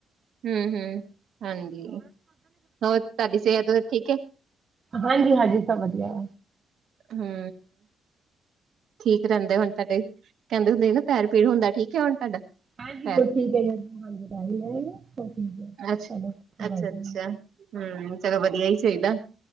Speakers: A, on the right; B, on the right.
A: ਹੂੰ ਹੂੰ ਹਾਂਜੀ। ਹੋਰ ਤੁਹਾਡੀ ਸਿਹਤ ਠੀਕ ਹੈ
B: ਹਾਂਜੀ ਹਾਂਜੀ ਸਭ ਵਧੀਆ।
A: ਹੂੰ। ਠੀਕ ਰਹਿੰਦੇ ਹੁਣ ਤੁਹਾਡੇ ਕਹਿੰਦੇ ਹੁੰਦੇ ਨਾ ਪੈਰ ਪੀੜ ਹੁੰਦਾ ਠੀਕ ਹੈ ਹੁਣ ਤੁਹਾਡਾ।
B: ਹਾਂਜੀ
A: ਪੈਰ
B: ਹੁਣ ਠੀਕ ਹੈ ਜੀ। ਦਵਾਈ ਲੈਣੀ ਆ ਹੁਣ ਠੀਕ ਹੈ
A: ਅੱਛਾ,
B: ਚਲੋ
A: ਅੱਛਾ-ਅੱਛਾ।
B: ਵਾਹਿਗੁਰੂ ਨੇ।
A: ਹੂੰ ਚਲੋ ਵਧੀਆ ਹੀ ਚਾਹੀਦਾ